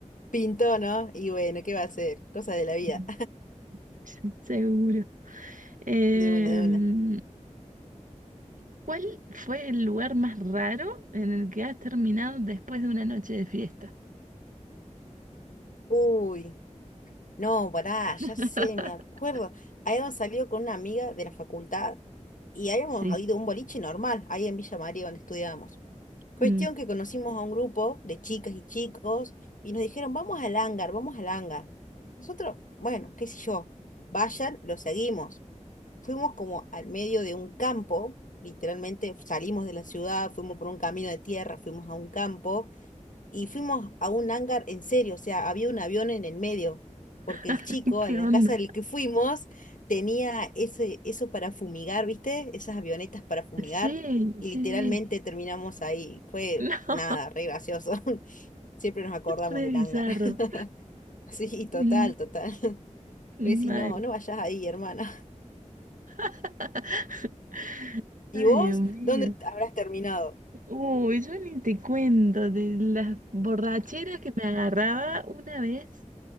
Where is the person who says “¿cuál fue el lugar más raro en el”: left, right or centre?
Right